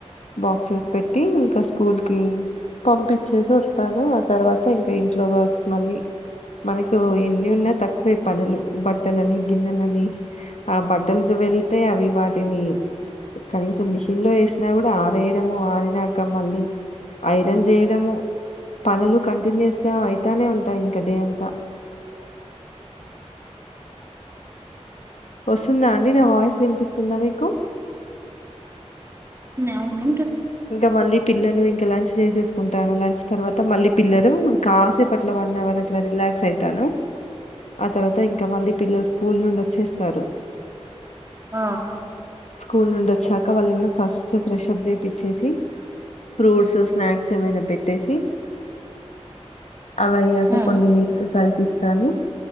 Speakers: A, on the left; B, on the right.
A: బాక్సెస్ పెట్టి ఇంకా స్కూల్ కి పంపించేసి వస్తాను ఆ తర్వాత ఇంకా ఇంట్లో వర్స్ మళ్ళీ మనకు ఎన్ని ఉన్నా తక్కువే పనులు బ ట్టలని గిన్నెలని ఆ బట్టలతో వెళ్తే అవి వాటిని కనీసం మిషన్ లో ఎసినా కూడా ఆరేయడము ఆరినాక మళ్ళీ ఐరన్ చేయడము పనులు కంటిన్యూస్‌గా అయితానే ఉంటాయి ఇంక డే అంతా <inaudible> వస్తుందా అండి నా వాయిస్ వినిపిస్తుందా మీకు
B: అవును
A: ఇంకా మళ్ళీ పిల్లలు ఇంకా లంచ్ చేసేసుకుంటాను లంచ్ తర్వాత మళ్ళీ పిల్లరు కాసేపు అట్ల వన్ అవర్ అట్లా రిలాక్స్ అయితాను ఆ తర్వాత ఇంకా మళ్ళీ పిల్లలు స్కూల్ నుండి వచ్చేస్తారు
B: ఆ
A: స్కూల్ నుండివొచ్చాక వాళ్ళని ఫస్ట్ ఫ్రెష్ప్ చేపి చ్చేసి ఫ్రూట్స్ స్నాక్ ఏమైనా పెట్టేసి అవి అయ్యాక
B: ఉమ్
A: కొన్ని మిల్క్ కల్పిస్తాను